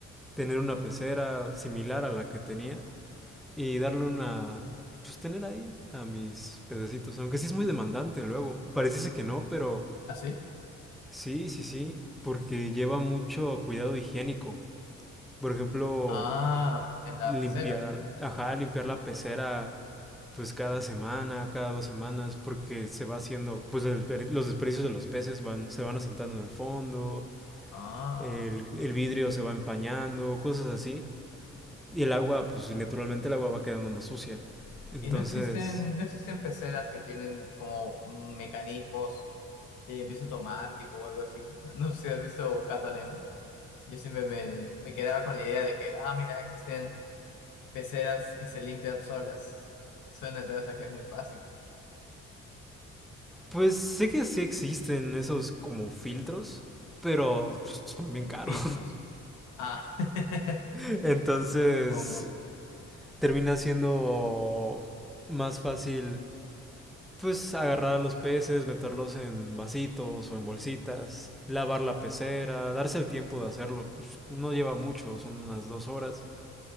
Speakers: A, in the centre; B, on the left.
A: tener una pecera similar a la que tenía y darle una... pues tener ahí a mis pececitos, aunque sí es muy demandante luego. Pareciese que no, pero
B: ¿Ah, sí?
A: sí, sí, sí, porque lleva mucho cuidado higiénico. Por ejemplo,
B: Ah, en la
A: limpiar,
B: pecera.
A: ajá, limpiar la pecera pues cada semana, cada dos semanas, porque se va haciendo, pues el- desper- los desperdicios de los peces van, se van asentando en el fondo,
B: Ah.
A: el, el vidrio se va empañando, cosas así. Y el agua, pues naturalmente el agua va quedando más sucia. Entonces,
B: Y no existen, no existen peceras que tienen como mecanismos de limpieza automático o algo así. No, no sé si has visto Buscando a Nemo. Yo siempre me, me quedaba con la idea de que, ah, mira, existen peceras que se limpian solas. Suena entonces a que es muy fácil.
A: pues sé que sí existen esos como filtros, pero pues, son bien caros.
B: Filtros. Ah, <laughs>
A: <laughs> Entonces,
B: supongo.
A: termina siendo más fácil pues agarrar a los peces, meterlos en vasitos o en bolsitas, lavar la pecera, darse el tiempo de hacerlo, pues no lleva mucho, son unas dos horas.